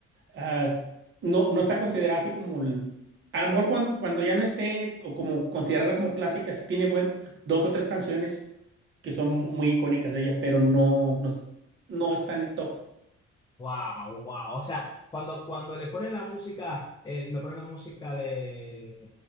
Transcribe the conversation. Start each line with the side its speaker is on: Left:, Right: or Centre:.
Right: ah, no, no está considerada así como, el- a lo mejor cuan- cuando, ya no esté, o como considerarla como clásica, sí tiene buen, dos o tres canciones que son muy icónicas de ella, pero no, no, es- no está en el top.
Left: Wow, wow. O sea, cuando, cuando le ponen la música, eh, me ponen la música de